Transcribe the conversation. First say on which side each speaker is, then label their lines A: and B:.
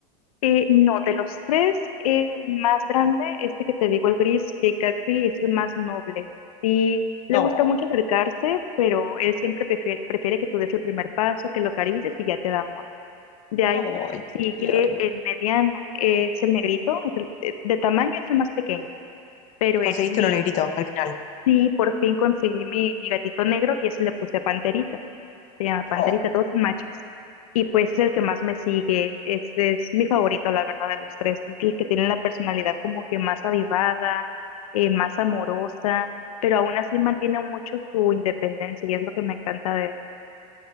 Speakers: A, on the left; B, on the left.
A: Eh, no, de los tres, el más grande, este que te digo, el gris, que casi es el más noble. Sí, le
B: No,
A: gusta mucho acercarse, pero él siempre prefiere, prefiere que tú des el primer paso, que lo acaricies y ya te da amor. De ahí
B: ay, qué
A: sigue
B: tierno.
A: el mediano, es el negrito, es el- de de tamaño es el más pequeño. pero
B: Conseguiste
A: ese es mi,
B: uno negrito al final.
A: sí, por fin conseguí mi, mi gatito negro y ese le puse Panterita, se llama Panterita,
B: Oh,
A: todos son machos. Y pues es el que más me sigue, este es mi favorito, la verdad, de los tres, es el que tiene la personalidad como que más avivada, eh, más amorosa, pero aún así mantiene mucho su independencia y es lo que me encanta de él.